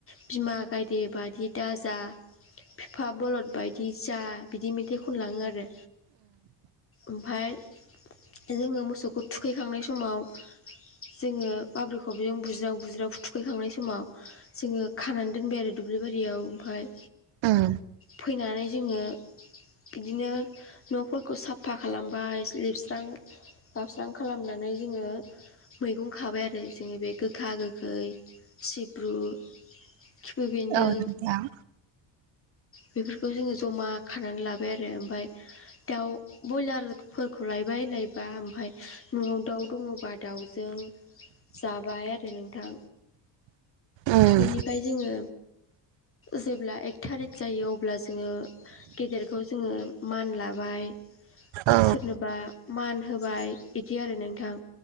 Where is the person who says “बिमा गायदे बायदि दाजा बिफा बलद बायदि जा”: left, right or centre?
Left